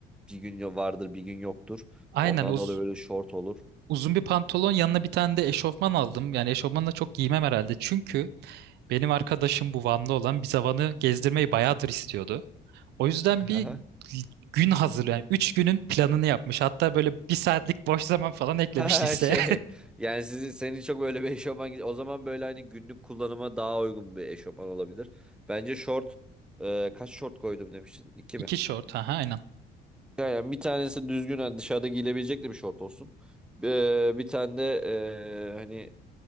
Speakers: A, in the centre; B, on the right (about 80°).
A: e, bir gün vardır bir gün yoktur.
B: aynen
A: Ondan
B: uz-
A: dolayı böyle şort olur.
B: uzun bir pantolon yanına bir tane de eşofman aldım. Yani eşofmanla çok giymem herhalde. Çünkü Benim arkadaşım bu Van'da olan bize Van'ı gezdirmeyi bayağıdır istiyordu. O yüzden
A: <laughs>
B: bir gün hazır yani 3 günün planını yapmış. Hatta böyle bir saatlik boş zaman falan eklemiş
A: Ha
B: listeye.
A: şey yani sizi senin çok böyle bir eşofman o zaman böyle hani günlük kullanıma daha uygun bir eşofman olabilir. Bence şort e, kaç şort koydum demiştin? İki
B: <laughs> İki
A: mi?
B: short ha aynen.
A: Yani bir tanesi düzgün hani dışarıda giyilebilecek de bir şort olsun. E, bir tane de e, hani